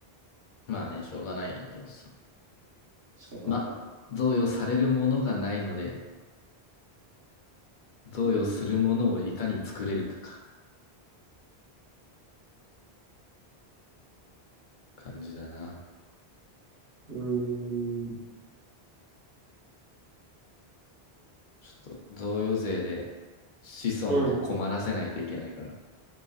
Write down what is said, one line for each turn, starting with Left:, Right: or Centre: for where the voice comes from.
Left: まあね、しょうがないんやけどさ。
Right: 確かになんか。
Left: ま、贈与されるものがないので、贈与するものをいかに作れるかか、
Right: うん。
Left: 感じだな。
Right: うん。
Left: ちょっと、贈与税で子孫を困らせないといけないから。
Right: うん。